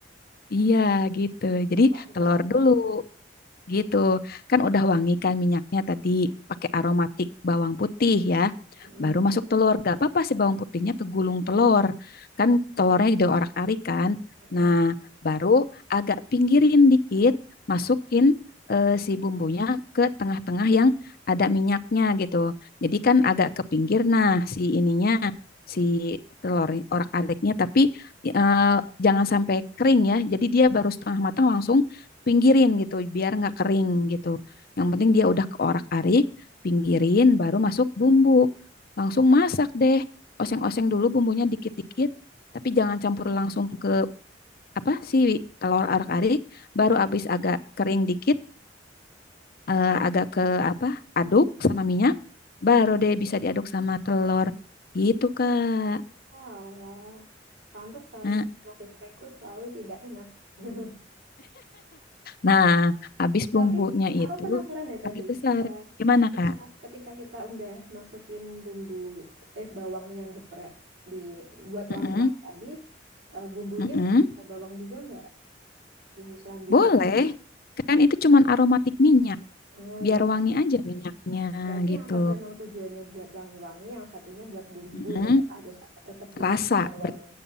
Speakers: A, on the left; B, on the right.
A: Iya, gitu. Jadi
B: Hmm, Pantes.
A: telur dulu. Gitu. Kan udah wangi kan minyaknya tadi pakai aromatik bawang putih ya.
B: Mm-mm.
A: Baru masuk telur. Gak apa-apa sih bawang putihnya kegulung telur. Kan telurnya diorak-arik kan.
B: Mm-mm.
A: Nah, baru agak pinggirin dikit, masukin eh, si bumbunya ke tengah-tengah yang ada minyaknya gitu. Jadi kan agak ke pinggir nah si ininya si telur orak-ariknya tapi eh, jangan sampai kering ya. Jadi dia baru setengah matang langsung pinggirin gitu biar nggak kering gitu. Yang penting dia udah keorak-arik, pinggirin baru masuk bumbu. Langsung masak deh. Oseng-oseng dulu bumbunya dikit-dikit, tapi jangan campur langsung ke apa si telur arak-arik,
B: Mm-mm.
A: baru abis agak kering dikit, eh, agak ke apa? aduk sama minyak, baru deh bisa diaduk sama telur. Gitu, Kak.
B: Walah, pantesan
A: Heeh.
B: nasi gorengku selalu tidak enak. <laughs>
A: Nah,
B: Eh,
A: habis bumbunya
B: tapi aku
A: itu
B: penasaran deh tadi.
A: api besar.
B: Eh,
A: Gimana,
B: ketika
A: Kak?
B: ketika kita udah masukin bumbu eh bawang yang geprek di buat wangi-wangi
A: Mm-mm,
B: tadi, eh, bumbunya
A: mm-mm.
B: masih ada bawang juga nggak? Bumbu selanjutnya.
A: Boleh, kan itu cuman aromatik minyak,
B: Oh ya
A: biar
B: berarti.
A: wangi aja minyaknya
B: Berarti
A: gitu.
B: yang satu emang tujuannya buat wangi-wangi, yang satunya buat bumbu,
A: Mm-mm.
B: tetap harus tetap dikasih
A: Rasa,
B: bawang
A: ber-